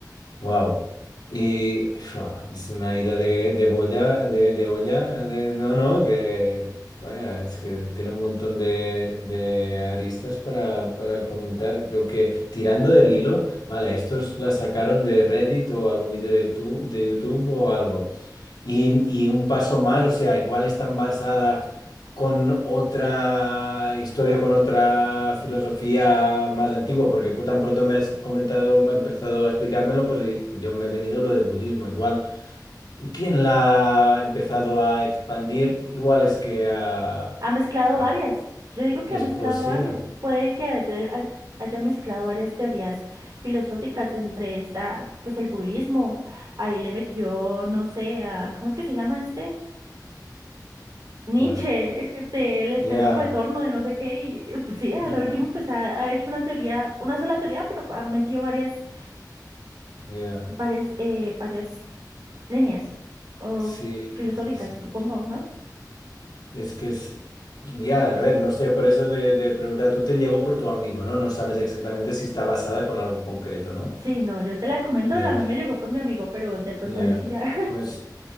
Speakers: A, on the left (about 70°); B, on the right (about 60°).
A: Wow. Y fua, es una ida de, de boya, de, de olla, de- no, no, que vaya, es que tiene un montón de, de aristas para, para comentar. Lo que, tirando del hilo, vale, estos la sacaron de Reddit o algún vídeo de, tu, de YouTube o algo. Y, y un paso más, o sea, igual están basada con otra historia, con otra filosofía más antigua, porque tan pronto me has comentado, me has empezado a explicármelo, pues eh, yo me he venido lo del budismo. Igual, ¿quién la ha empezado a expandir? Igual es que ah,
B: ha mezclado
A: ah,
B: varias, yo digo que
A: es
B: ha mezclado
A: posible.
B: varias, puede que haya, haya- haya mezclado varias teorías filosóficas entre esta, pues el budismo, ahí le metió, no sé, a, ¿cómo es que se llama este? Nietzsche
A: ¿Cuál?
B: del eterno
A: Ya.
B: retorno de no sé qué y y, pues, sí, a
A: ujú,
B: lo último pues ha, ha hecho una teoría, una sola teoría, pero ha metido varias,
A: Ya.
B: varias, eh, varias líneas o
A: Sí,
B: filosóficas,
A: sí, sí.
B: supongo, ¿no?
A: Es que es. Ya, a ver, no sé, por eso de, de preguntar, tú te llegó por tu amigo, ¿no? No sabes exactamente si está basada con algo concreto, ¿no?
B: Sí, no, yo te la comento,
A: Ya,
B: a mí me llegó por mi amigo, pero de pronto
A: ya.
B: él sí ya.
A: Pues